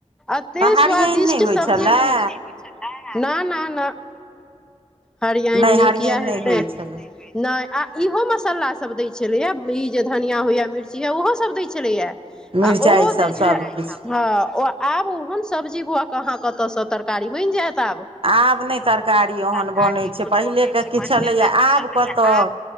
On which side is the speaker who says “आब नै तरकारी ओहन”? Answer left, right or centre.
Right